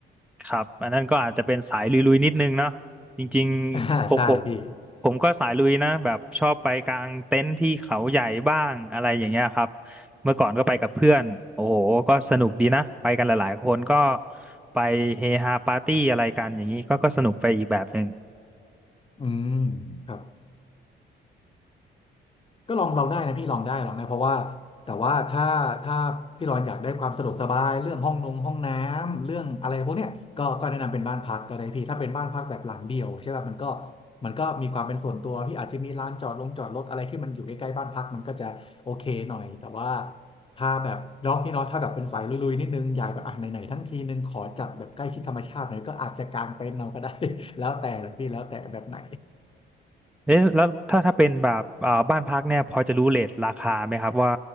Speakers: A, in the centre; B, on the left.
A: ครับอันนั้นก็อาจจะเป็นสายลุยๆนิดนึงเนาะจริงๆผมผม
B: <laughs> อ่าใช่พี่
A: ผมก็สายลุยนะแบบชอบไปกางเต็นท์ที่เขาใหญ่บ้างอะไรอย่างเงี้ยครับเมื่อก่อนก็ไปกับเพื่อนโอ้โหก็สนุกดีนะไปกันหลายๆคนก็ไปเฮฮาปาร์ตี้อะไรกันอย่างนี้ก็ก็สนุกไปอีกแบบหนึ่ง
B: อืมครับ ก็ลองเราได้นะพี่ลองได้ลองได้เพราะว่าแต่ว่าถ้าถ้าพี่รอนอยากได้ความสะดวกสบายเรื่องห้องนงห้องน้ำเรื่องอะไรพวกเนี้ยก็ก็แนะนำเป็นบ้านพักก็ได้พี่ถ้าเป็นบ้านพักแบบหลังเดียวใช่ป่ะมันก็มันก็มีความเป็นส่วนตัวพี่อาจจะมีร้านจอดลงจอดรถอะไรที่มันอยู่ใกล้ๆบ้านพักมันก็จะโอเคหน่อยแต่ว่าถ้าแบบเนาะพี่เนาะถ้าแบบเป็นสายลุยๆนิดนึงอยากแบบอ่ะไหนๆทั้งทีนึงขอจัดแบบใกล้ชิดธรรมชาติหน่อยก็อาจจะกางเต็นท์เราก็ได้ <laughs> แล้วแต่เลยพี่แล้วแต่แบบไหน
A: เอ๊ะแล้วถ้าถ้าเป็นแบบอ่าบ้านพักเนี่ยพอจะรู้เรทราคาไหมครับว่า